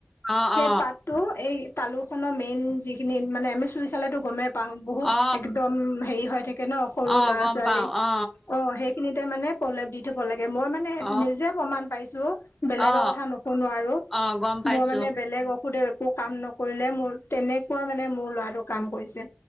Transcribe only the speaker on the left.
সেই
পাতটো এই তালুখনৰ মেইন যিখিনি মানে আমি এ চুই চালেটো গমে পাওঁ বহুত
একদম হেৰি হৈ থাকে ন সৰু
ল'ৰা-ছোৱালী
অ সেই খিনিতে মানে প্ৰলেপ দি থব লাগে, মই মানে
নিজে প্ৰমাণ পাইছো। বেলেগৰ
কথা নুশুনো আৰু
মোৰ মানে বেলেগ ঔষধে একো কাম নকৰিলে মোৰ তেনেকোৱা মানে মোৰ ল'ৰাটো কাম কৰিছে